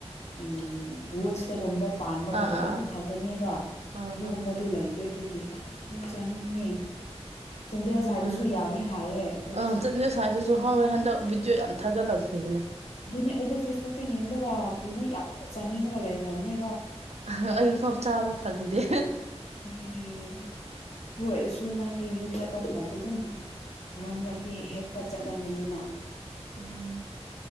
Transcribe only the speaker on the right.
ꯑꯥ ꯑꯥ
ꯑꯥ
ꯍꯝꯎꯝ
ꯑꯥ ꯆꯠꯅꯦ ꯁ꯭ꯋꯥꯏꯗꯁꯨ ꯍꯥꯎꯋꯦ ꯍꯟꯗꯛ ꯕꯤꯗꯤꯑꯣ ꯌꯥꯝ ꯊꯒꯠ ꯂꯛꯈꯤ ꯕꯅꯦ
ꯑꯍꯥ ꯑꯩꯐꯥꯎ ꯆꯥꯕ ꯐꯪꯗꯦ
ꯎꯝ